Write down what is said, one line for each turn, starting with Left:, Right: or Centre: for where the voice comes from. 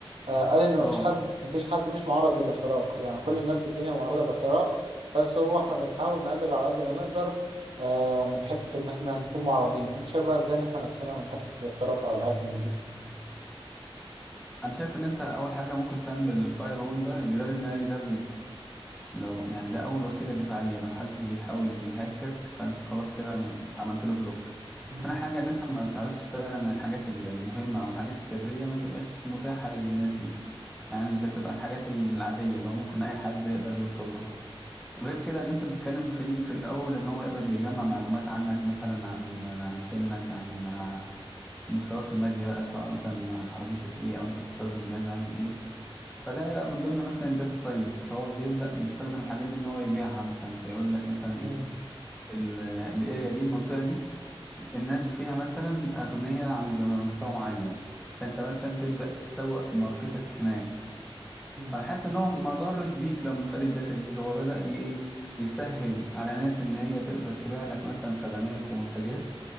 Right: آه، قال إن مفيش
Centre: اه
Right: حد مفيش حد مش معرض للاختراق يعني كل الناس في الدنيا معرضة للاختراق بس هو احنا بنحاول نقلل على قد ما نقدر آه من حتة إن إحنا نكون معرضين، أنت شايف بقى إزاي نحمي نفسنا من حتة الاختراق أو الهاكينج دي؟
Centre: انا شايف ان انت اول حاجه ممكن تعمل الفاير وول ده الجدار الناري ده لو يعني ده أول وسيلة دفاعية لو حد بيحاول يهاكك فأنت خلاص كده ما- أنت عملت له بلوك
Right: مم.
Centre: تاني حاجة إن أنت ما تعرضش فعلا الحاجات ال- المهمة أو الحاجات السرية ما تبقاش متاحة للناس دي يعني أنت تبقى الحاجات العادية اللي هو ممكن أي حد يقدر يوصل لها غير كده اللي أنت بتتكلم فيه في الأول إن هو يقدر يجمع معلومات عنك مثلا عن عن سنك عن آه، مستواك المادي بقى سواء مثلا عربيتك إيه أو أنت بتستخدم جهاز عامل إيه فده من ضمن مثلا الداتا ساينس فهو بيبدأ يستخدم الحاجات دي ان هو يبيعها مثلا فيقول لك مثلا ايه
Right: مم.
Centre: ال- الاريا دي المنطقة دي الناس فيها مثلا أغنياء عند مستوى معين فانت مثلا تبدأ تسوق ماركتك هناك
Right: مم.
Centre: فانا حاسس ان هو ما ضرش بيك لما خد الداتا دي هو بدأ ي- ايه يسهل على ناس ان هي تقدر تبيع لك مثلا خدمات ومنتجات